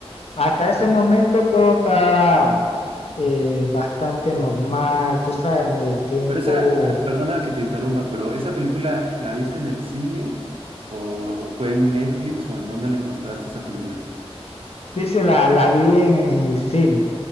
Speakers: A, on the left (about 70°); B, on the right (about 60°).
A: Hasta ese momento todo estaba eh, bastante normal, tú sabes, ¿no? Del tiempo,
B: Pero esa, ah, perdona que te interrumpa, pero ¿esa película la viste en el cine o, o fue en Netflix o en dónde la encontraste esa película?
A: sí, sí, la, la vi en en el cine.